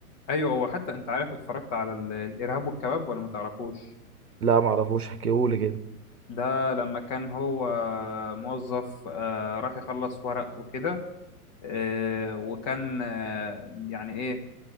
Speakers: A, on the left; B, on the right.
A: ايوه هو حتى انت عارف اتفرجت على ال- الارهاب والكباب ولا ما تعرفوش
B: لا معرفوش احكيهولي كده
A: ده لما كان هو موظف آه، راح يخلص ورق وكده آه، وكان آه، يعني ايه